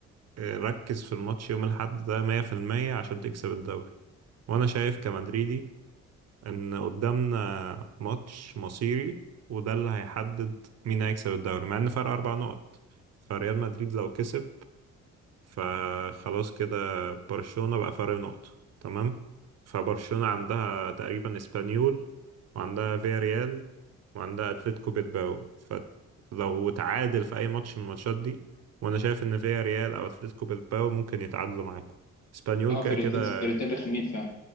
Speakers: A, on the right; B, on the left.
A: آه، ركز في الماتش يوم الأحد ده 100% عشان تكسب الدوري وانا شايف كمدريدي ان قدامنا ماتش مصيري وده اللي هيحدد مين هيكسب الدوري مع ان فرق اربع نقط فريال مدريد لو كسب فخلاص كده برشلونة بقى فرق نقطة تمام فبرشلونة عندها تقريبا اسبانيول وعندها فياريال وعندها اتلتيكو بيلباو فلو تعادل في اي ماتش من الماتشات دي وانا شايف ان فياريال او اتلتيكو بيلباو ممكن يتعادلوا معاكم اسبانيول
B: اه
A: كده
B: فرقتين
A: كده
B: فرقتين رخمين فعلا